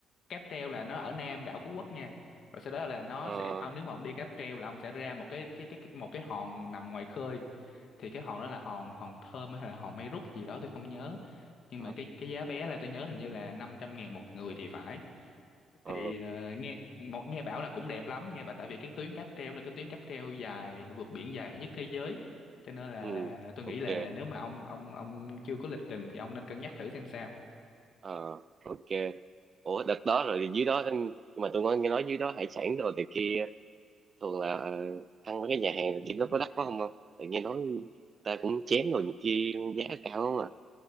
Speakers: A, on the left; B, on the right.
A: cáp treo là nó ở Nam đảo Phú Quốc nha rồi sau đó là nó
B: ờ
A: sẽ ông nếu mà ông đi cáp treo là ông sẽ ra một cái cái cái, cái một cái hòn nằm ngoài khơi thì cái hòn đó là hòn hòn Thơm hay là hòn Mây Rút gì đó tôi không nhớ nhưng
B: ờ
A: mà cái cái giá vé là tôi nhớ hình như là 500 ngàn một người thì phải
B: ờ,
A: thì ờ, nghe một nghe bảo là cũng đẹp lắm nghe bảo tại vì cái tuyến cáp treo là cái tuyến cáp treo dài vượt biển dài nhất thế giới cho nên là
B: ừ
A: là tôi
B: ok
A: nghĩ là nếu mà ông ông ông chưa có lịch trình thì ông nên cân nhắc thử xem sao
B: ờ ok ủa đợt đó rồi dưới đó nhưng mà tôi nghe nghe nói dưới đó hải sản rồi thì kia thường là ờ, ăn mấy cái nhà hàng thì nó có đắt quá không không tự nghe nói ta cũng chém rồi nhiều khi giá cao không à